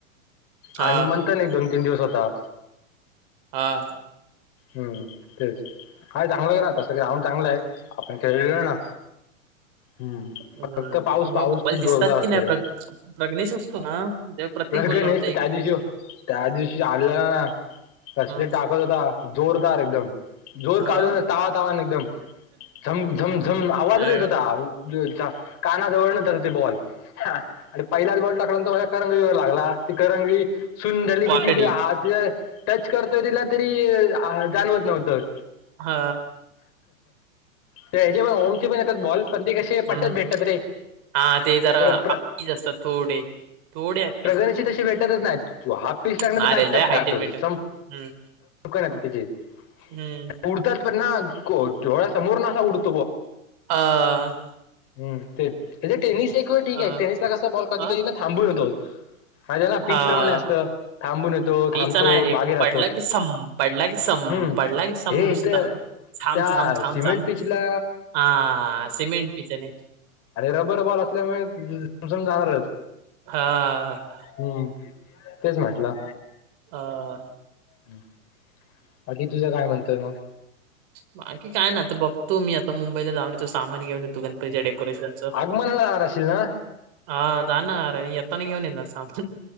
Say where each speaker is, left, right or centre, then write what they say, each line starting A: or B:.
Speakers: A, on the right; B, on the left.
A: हा
B: आणि म एक दोन तीन दिवस होता.
A: हा.
B: हम्म तेच आहे चांगलं ना तसं ग्राउंड चांगलं आहे आपण खेळल ना. हम्म
A: हम्
B: फक्त पाऊस
A: मग
B: पाऊस
A: बवाल
B: खूप
A: दिसतात
B: जोरदार
A: कि
B: असतो
A: नाही
B: रे
A: प्र प्रग्नेश असतो ना. जव्हा प्रतीक
B: प्रगणेश
A: बोलला होता
B: तर
A: एक
B: त्या दिवशी
A: दिस
B: त्या दिवशी आल्याला ना कसले
A: हा
B: टाकत होता जोरदार एकदम जोर
A: हा
B: काढून तावा तावान एकदम झम झम झम आवाजचं
A: अ
B: येत होता. <unintelligible> काना जवळण <unintelligible> बॉल हा आणि पहिलाच बॉल टाक. माझ्या डोया करंगळी वर लागला ती करंगळी सुंद झाली कि
A: वाकडी
B: ति ते हात तिला टच करतोय तिला तरी आ जाणवत नव्हतं.
A: हा
B: त्या ह्याचे पण होमचे पण येतात बॉल पण ते का. े पटत
A: हम्म
B: भेटत रे.
A: हा ते जरा
B: प्र प्र
A: आपी असतात थोडे थोडे हॅप्पीच
B: प्रगणीची तशी भेटतच नाही तू हाफ पीस टाकण
A: नाय
B: बॅट
A: रे लय
B: टप टाकतो
A: हायटेड मेटेड
B: झ
A: हम्म
B: नाही. त्या
A: हम्म
B: उडतात पण ना ोळ्या समोर ना उडत.
A: हा.
B: हम्म तेचं ते काय टेनिस एक वेळ ठीक
A: अ
B: आहे टेनिसला कस बॉल कधी
A: अ
B: कधी ना थांबून येतो. माझे ना पीचप्रमाणे
A: हा
B: असत थांबून येतो थांबतो
A: तीच नाही रे
B: मागे राहतो.
A: पडला की सम. पडला की सम
B: हम्म
A: पडला की सम
B: हे
A: नुसता.
B: इथं
A: छाम
B: त्या
A: छाम छाम
B: सिमेंट
A: छम
B: पिचला
A: हा सिमेंट पिच आहे नाही.
B: आरे रबर बॉल असल्यामुळे ती झमझमणारच.
A: हा.
B: हम्म तेच म्हटलं.
A: हा.
B: हम्. बाकी तुझं काय म्हणतोय मग.
A: बाकी काय नाय आता बघतो मी आता मुंबईला जाऊन येतो सहा महिने गेलो. तू गणपतीच्या डेकोरेशनच.
B: आगमनाला जाणार असशील ना
A: हा जाणार आणि येताना घेऊन येणार सामान.